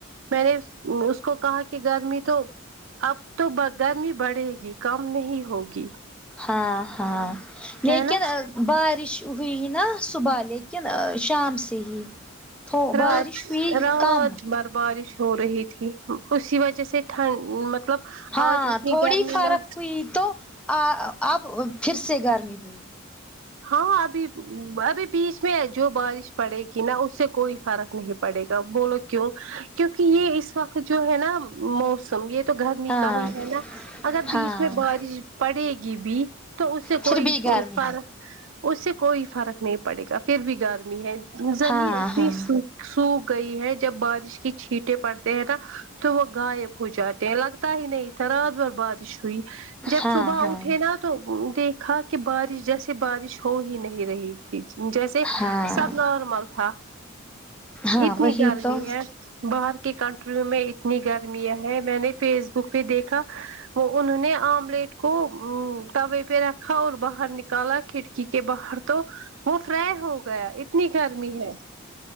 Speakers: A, on the right (about 65°); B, in the centre.
A: میں نے اس کو کہا کہ گرمی تو اب تو بہ گرمی بڑھے گی کم نہیں ہوگی
B: ہاں ہاں لیکن
A: ہے نا
B: بارش ہوئی نا صبح لیکن ا شام سے ہی
A: رات
B: بارش ہوئی
A: رات
B: کم
A: بر بارش ہو رہی ٹھیک ہو اسی وجہ سے ٹھنڈ مطلب
B: ہاں
A: آج اتنی
B: تھوڑی
A: گرمی
B: فرق
A: نہ
B: ہوئی تو ا اب پھر سے گرمی ہوئی
A: ہاں ابھی ابھی بیچ میں جو بارش پڑے گی نا اس سے کوئی فرق نہیں پڑے بولو کیوں کیونکہ یہ اس وقت جو ہے نا موسم یہ تو گرمی
B: ہاں
A: کا ہی ہے نا اگر بیچ
B: ہاں
A: میں بارش پڑے گی بھی تو اس سے
B: پھر
A: کوئی
B: بھی گرمی
A: ف فرق
B: ہے
A: اس سے کوئی فرق نہیں پڑے گا پھر بھی گرمی ہے زمین
B: ہاں
A: اتنی
B: ہاں
A: سو سوکھ گئی ہے جب بارش کی چھیٹیں پڑتے ہیں نا تو وہ غائب ہو جاتے ہیں لگ پتا ہی نہیں تھا رات بھر بارش ہوئی جب
B: ہاں
A: صبح
B: ہاں
A: اٹھے نا تو دیکھا کہ بارش جیسے بارش ہو ہی نہیں رہی تھی جیسے
B: ہاں
A: سب نارمل تھا
B: ہاں
A: اتنی
B: وہی
A: گرمی
B: تو
A: ہے باہر کی کنٹریوں میں اتنی گرمیاں ہیں میں نے فیس بک پہ دیکھا وہ انہوں نے آملیٹ کو ا توے پہ رکھا اور باہر نکالا کھڑکی کے باہر تو وہ فرائی ہو گیا ات نی گرمی ہے